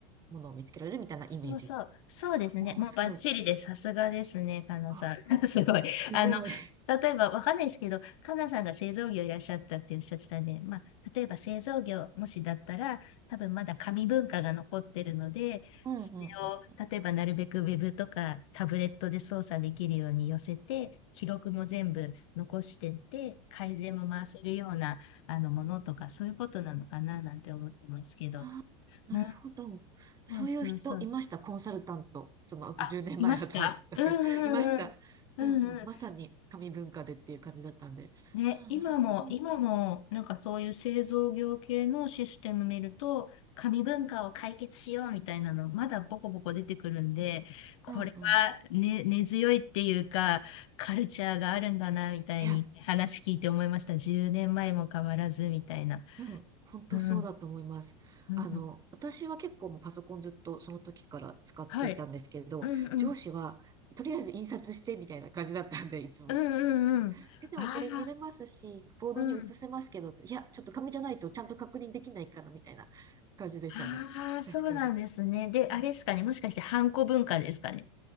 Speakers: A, on the right; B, on the left.
A: ものを見つけられるみたいなイメージ。
B: そうそう、そうですね。
A: おお、
B: もうバッチリです。
A: すごい。
B: さすがですね、かなさん。
A: あ、
B: <laughs> すごい。
A: すごい。
B: あの、例えば、わかんないですけど、かなさんが製造業いらっしゃったっておっしゃってたんで、まあ、例えば製造業、もしだったら、多分まだ紙文化が残ってるので、
A: うんうんうん。
B: それを、例えばなるべくウェブとかタブレットで操作できるように寄せて、記録も全部残してって、改善も回せるようなあのものとか、そういうことなのかななんて思ってますけど。
A: あーなるほど。
B: うん
A: そういう人いました、
B: そうそうそう。
A: コンサルタント。その10年前働いてた会社。
B: あ、いました。うんうんうん。
A: <laughs> いました。
B: うんうん。
A: うんうん。まさに紙文化でっていう感じだったんで。
B: ね、
A: ああ、
B: 今も、
A: なるほど。
B: 今も、なんかそういう製造業系のシステム見ると、紙文化を解決しようみたいなの、まだボコボコ出てくるんで、これは、
A: うんうん。
B: ね、根強いっていうか、カルチャーがあるんだな、みたいに話聞いて思いました。
A: いや、
B: 10年前も変わらず、みたいな。
A: うん、本当そうだと思います。
B: うん、うん。
A: あの、私は結構もうパソコンずっとその時から使っていたんですけど、
B: はい。うんうん。
A: 上司はとりあえず印刷してみたいな感じだったんで、いつも。
B: うんうんうん。
A: えでもこれ見れますし、
B: ああ、
A: ボードに映せますけど、
B: うん。
A: いや、ちょっと紙じゃないとちゃんと確認できないからみたいな感じでしたね。
B: ああ、そうなんですね。
A: 確かに。
B: で、
A: うん。
B: あれですかね。もしかして、ハンコ文化ですかね。